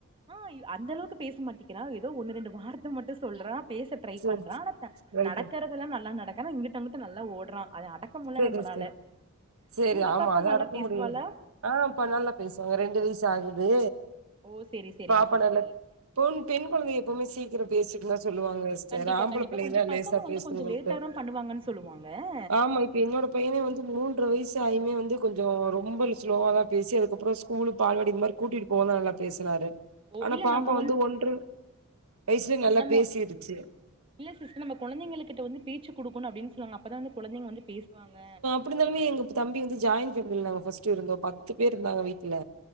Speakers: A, on the right; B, on the right.
A: ஆ அந்த அளவுக் பேச மாட்டீங்றா ஏதோ ஒன்னு ரெண்டு வார்த்த மட்டு சொல்றான் பேச ட்ரை
B: சரி
A: பண்றான் ஆனா
B: ரைட்டு
A: நடக்கறதெல்லா நல்லா நடக்கறா இங்கிட்அங்கிட் நல்லா ஓடுறா அதது அட க்க முல
B: சரி
A: நம்மனால
B: சரி சரி
A: உங்க
B: ஆமா
A: பாப்பா
B: அத
A: நல்லா
B: அடக்க
A: பேசுவாலா
B: முடியு ஆ அப்ப நல்லா பேசுவாங்க ரெண்டு வயசு ஆகுது
A: ஓ செரி செரிங்க
B: பாப்பா
A: சிஸ்டர்
B: நல்லா பொண் பெண் கொழந்த எப்போமே சீக்கிரம் பேசிட்டு தா சொல்லுவாங்க சிஸ்டர்
A: கண்டிப்பா
B: ஆம்பள
A: கண்டிப்பா
B: புள்ளைங்
A: கொஞ்ச
B: தா
A: பசங்க
B: லேசா
A: வந்து
B: பேசணங்கட்டு
A: கொஞ்ச லேட்டா தா பண்ணுவாங்கன்னு சொல்லுவாங்க
B: ஆமா என்னோட பைய்யனே வந்து மூன்று வயசு ஆயுமே வந்து கொஞ்ச ரொம்ப ஸ்லோவா தா பேசி அதுக்கப்றோ ஸ்கூல் பால்வாடி இந்த மாரி கூட்டிட்டு போனா தா நல்லா பேசனாரு
A: ஓ
B: ஆனா
A: இல்ல
B: பாப்பா
A: நம்ம
B: வந்து ஒன்ர வயசுல நல்லா
A: நம்ம
B: பேசிருச்சு
A: இல்ல சிஸ்டர் நம்ப கொழந்தைகள்கிட்ட வந்து பேச்சு குடுக்கணு அப்டின் சொல்வாங்க அப்பதா வந்து கொழந்தைங்க வந்து பேசுவாங்க
B: குடுத்தனமே எங் தம்பி வந்து ஜாயின் பேமில நாங்க ஃபர்ஸ்ட் இருந்தோ பத்து பேரு இருந்தாங்க வீட்ல